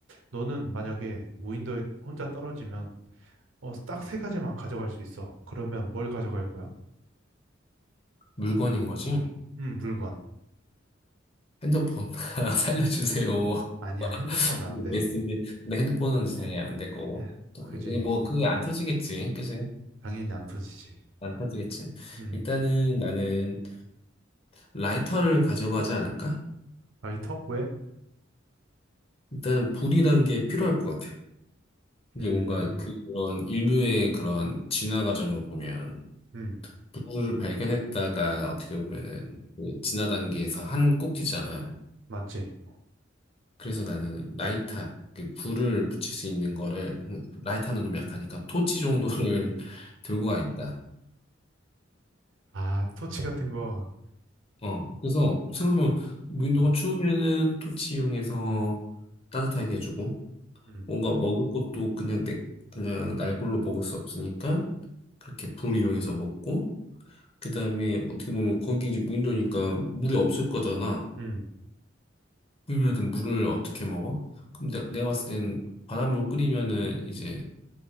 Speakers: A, on the right; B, on the left.
A: 너는 만약에 무인도에 혼자 떨어지면 어, 딱 세 가지만 가져갈 수 있어. 그러면 뭘 가져갈 거야?
B: 물건인 거지?
A: 음, 물건.
B: 핸드폰 <laughs> 살려주세요.
A: 아니야,
B: <laughs>
A: 핸드폰 안
B: 이게
A: 돼.
B: 베스트인데 근데 핸드폰은
A: <laughs>
B: 당연히 안 될 거고
A: 에,
B: 또,
A: 그지.
B: 이게 뭐 그게 안 터지겠지, 그지?
A: 음, 당연히 안 터지지.
B: 안 터지겠지.
A: 음,
B: 일단은 나는 라이터를 가져가지 않을까?
A: 라이터? 왜?
B: 일단은 불이란 게 필요할 것 같아. 이게
A: 음,
B: 뭔가 그런 인류의 그런 진화 과정으로 보면
A: 음,
B: 불을 발견했다가 어떻게 보면은 그 진화 단계에서 한 꼭지잖아.
A: 맞지.
B: 그래서 나는 라이터, 그 불을 붙일 수 있는 거를, 음, 라이터는 너무 약하니까 토치 정도를 <laughs> 들고 가겠다.
A: 아, 토치 같은 거.
B: 어, 그래서 생각하면
A: 음,
B: 무인도가 추우면은 토치 이용해서 따뜻하게 해주고,
A: 음,
B: 뭔가 먹을 것도 그냥 내, 그냥 날골로 먹을 수 없으니까, 그렇게 불 이용해서 먹고, 그 다음에 어떻게 보면 거기 이제 무인도니까 물이 없을 거잖아.
A: 음,
B: 그러면 물을 어떻게 먹어? 근데 내가 봤을 땐 바닷물 끓이면은 이제